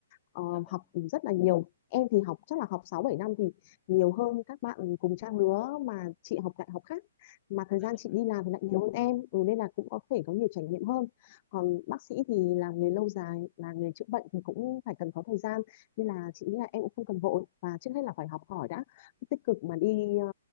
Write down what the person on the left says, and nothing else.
ờ,
học rất là nhiều em thì học chắc là học 6 7 năm thì nhiều hơn các bạn cùng trang lứa mà chị học đại học khác mà thời
gian
chị
đi làm thì lại nhiều hơn em ừ, nên là cũng có thể có nhiều trải nghiệm hơn còn bác sĩ thì là nghề lâu dài là nghề chữa bệnh thì cũng phải cần có thời gian nên là chị nghĩ là em cũng không cần vội và trước hết là phải học hỏi đã tích cực mà đi ờ,